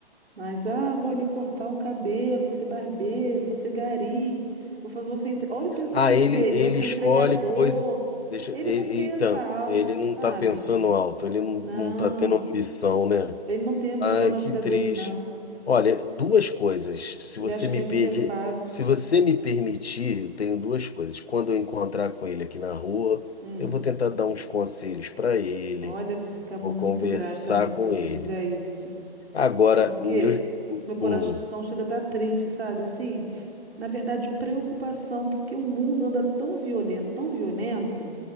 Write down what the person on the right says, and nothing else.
Mas, ah, vou ali cortar um cabelo, vou ser barbeiro, vou ser gari, vou fazer você. entre- Olha o pensamento
dele,
você
entregador.
Ele
não pensa
alto,
sabe?
Não,
ele não tem ambição
na
vida
dele, não.
Ele
acha
que a vida
é fácil.
Hum.
Olha, eu vou ficar muito
grata, amigo,
se você
fizer isso.
Sabe por quê?
Meu coração
chega a estar triste, sabe? Assim, na verdade, preocupação, porque o mundo anda tão violento, tão violento.